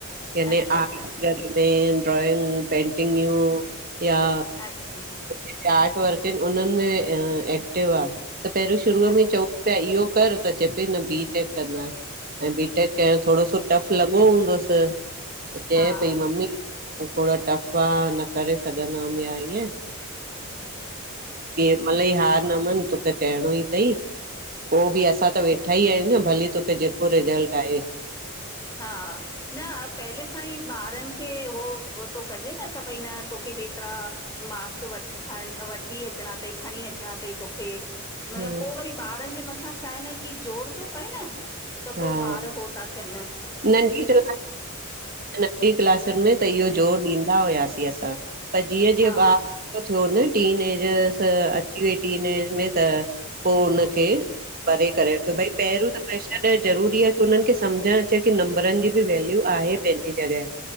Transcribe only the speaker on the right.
याने
आर्ट घर मेन ड्राईंग, पेंटिंगयूं या
इते आर्ट वर्क हिन उनन में अ एक्टिव आ त पहिरियू शुरू
में चऊं त इयो कर त चए पेई न बी टेक कना ऐं बीटेक कए थोरो सो टफ़ लॻो हूंदस त चए
पई मम्मी थोरा टफ़ आ, न करे सघंदम या ईअं किह हिमल ई हार न मन तोखे कहणो ई थई पो ॿि असां वेठा ई एन न, भली तोखे जेको रिज़ल्ट आहे।
हा
हा
नंढी <unintelligible> क्ल नंढी क्लासन में त इयो जो ॾौ ॾिदा हुआसीं असां, पर जीअं जीअं
ॿार थीयो न टिनएजर्स त, अची वई टीनएज में त पो हुनखे, परे करे रखयो भई पहरियों त प्रेशर ॾियणु ज़रूरी आह की उनंखे सम्झण अचे कि नमबरन जी बि वैल्यू आहे पंहजी जॻह।